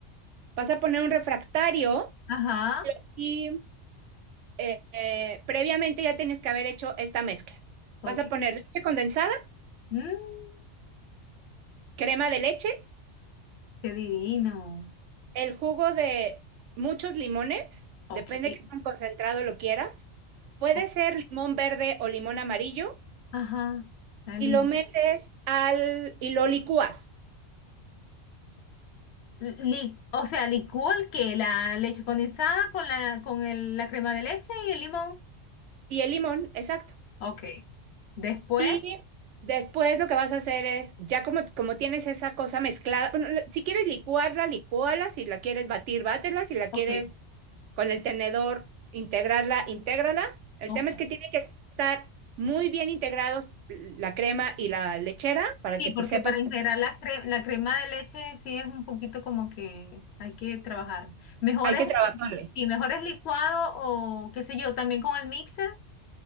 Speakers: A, on the right; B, on the left.
A: vas a poner un refractario
B: ajá,
A: y eh, eh, previamente ya tienes que haber hecho esta mezcla.
B: ok.
A: Vas a poner leche condensada,
B: Mm,
A: crema de leche,
B: qué divino.
A: el jugo de muchos limones,
B: Ok,
A: depende de qué tan concentrado lo quieras. Puede
B: ok,
A: ser limón verde o limón amarillo
B: ajá, la lima.
A: y lo metes al y lo licúas.
B: Li- li- o sea, licúa el que la leche condensada con la con el- la crema de leche y el limón.
A: Y el limón, exacto.
B: Ok. Después,
A: Y después lo que vas a hacer es, ya como, como tienes esa cosa mezclada, bueno, la- si quieres licuarla, licúala, si la quieres batir, bátela, si la
B: ok,
A: quieres con el tenedor integrarla, intégrala. El
B: ok.
A: tema es que tiene que estar muy bien integrados la crema y la lechera para
B: Sí,
A: que te
B: porque
A: sepas,
B: para integrar la cre- la crema de leche sí es un poquito como que hay que trabajar. Mejor
A: hay
B: es,
A: que trabajarle.
B: sí, mejor es licuado o qué sé yo, también con el mixer.